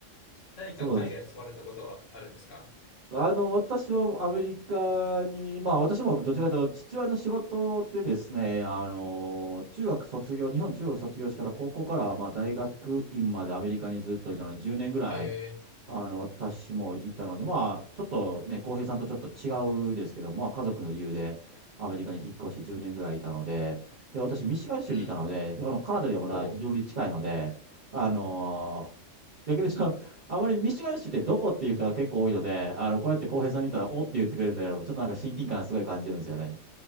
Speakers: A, on the left; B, on the right.
A: 何か海外住まれたことはあるんですか
B: そうあの、私はアメリカに、まあ私もどちらかというと父親の仕事でですね、あの、中学卒業、日本中学卒業してから高校からまあ大学院までアメリカにずっといたのに10年ぐらい
A: ええ
B: あの、私もいたので、まあ、ちょっとね、浩平さんとちょっと違うですけど、まあ、家族の理由でアメリカに引っ越して10年ぐらいいたので、で、私、ミシガン州にいたので、
A: ーうん。
B: あの、カナダでもな、
A: おう。
B: 非常に近いので、あのー逆にその、あまりミシガン州ってどこっていう人が結構多いので、あの、こうやって浩平さんに言ったら、おって言ってくれるんだけど、ちょっとなんか親近感すごい感じるんですよね。